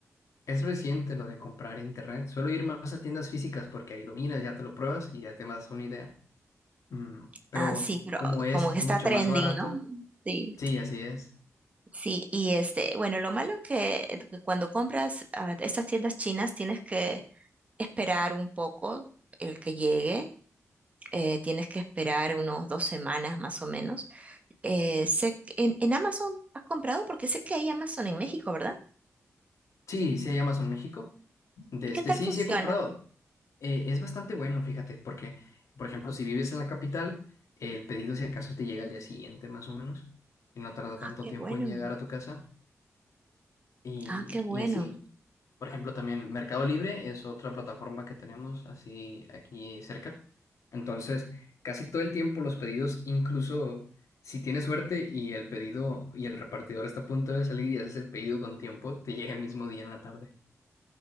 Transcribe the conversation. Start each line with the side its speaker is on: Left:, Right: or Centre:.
Left: Es reciente lo de comprar en internet, suelo ir más a tiendas físicas porque ahí lo miras, ya te lo pruebas y ya te das una idea. Mm, pero
Right: Ah, sí, pero
Left: como es
Right: como que está
Left: mucho
Right: trending,
Left: más barato,
Right: ¿no? Sí.
Left: Sí, así es.
Right: Sí, y este, bueno, lo malo que eh, que cuando compras a estas tiendas chinas tienes que esperar un poco el que llegue. eh, tienes que esperar unos dos semanas más o menos. Eh, sé que- en, en Amazon has comprado porque sé que hay Amazon en México, ¿verdad?
Left: Sí, sí hay Amazon México. De
Right: ¿Y qué
Left: este,
Right: tal
Left: sí,
Right: funciona?
Left: sí he comprado. Eh, es bastante bueno, fíjate, porque, por ejemplo, si vives en la capital, el pedido si acaso te llega al día siguiente, más o menos, y no tarda
Right: Ah,
Left: tanto
Right: qué
Left: tiempo
Right: bueno.
Left: en llegar a tu casa. Y,
Right: Ah, qué bueno.
Left: y así, por ejemplo, también Mercado Libre es otra plataforma que tenemos así aquí cerca. Entonces, casi todo el tiempo los pedidos, incluso si tienes suerte y el pedido y el repartidor está a punto de salir y haces el pedido con tiempo, te llega el mismo día en la tarde.